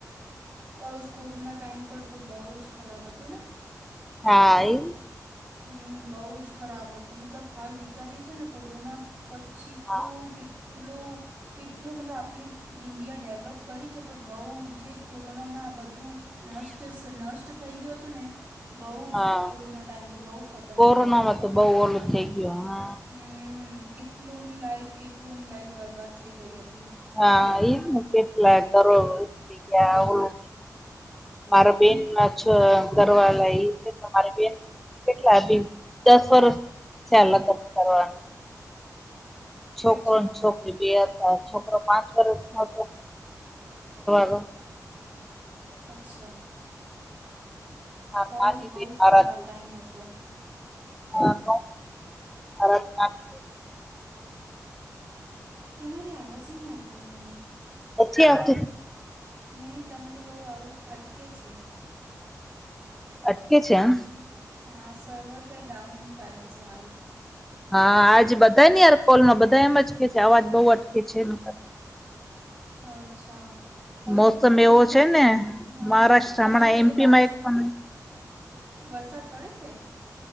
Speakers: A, on the right (about 25°); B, in the centre.
A: બઉ જ કોરોના ટાઈઇમ પણ બઉુ જ ખરાબ હતું ને
B: હા એ
A: હમ બહુ જ ખરાબ હતું મતલબ હાલ વિચારીએી ને કોરોના પછી
B: હા
A: તો કેટલો કેટલો મતલબ આપણે ઇન્ડિયા ડેવલોપ કરી છે પણ બહુ જ જે કોરોનામાં આ બધું નષ્ટ નષ્ટ થઈ ગયો હતોું ને બહુ
B: હા
A: જ કોરોના ટાઈમ તો બહુ ખતરનાક
B: કોરોનામાં
A: હતુ
B: તો બહુ ઓલું થઈ ગયુ, હા.
A: હમ કેટલોની લાઈફ કેટલોની લાઈફ બરબાદ થઈ ગઈ હતી.
B: હા એવને કેટલા ગરવુ મારા બેન ઘરવા છે મારી બેન કેટલાી દસ વર્ષ થયા લગ્ન કરવા છોકરો
A: અચ્છા
B: છોક બે હતા છોકરો પાંચ વર્ષ ન હતો, ગો
A: અચ્છા
B: આ
A: બહુ
B: આતી
A: જ બહુ
B: પ
A: જ
B: આરાચ
A: ખરાબ ટાઈમ હતો
B: <unintelligible>
A: તમારી અવાજ નહી આવતી મને
B: મ આ
A: નહીં તમારી બહુ આવક અટકે છે.
B: અટકે છે આ
A: હા સર્વર શહે ડાઉન ચાલે છે, હાલ.
B: હા આજ બધા ની યાર કોલ નો બધા એમ જ કે છે અવાજ બહુ અટકે છે, એ કર.
A: અચ્છા હવે
B: મોસમ
A: તો બ
B: એવો
A: મતલબ
B: છે ને
A: હા,
B: મહારાષ્ટ્ર
A: તમારે
B: હમણાં
A: પેલે
B: એમપીમાં
A: બારિશ
B: એક પણ
A: વરસાદ પડે છે.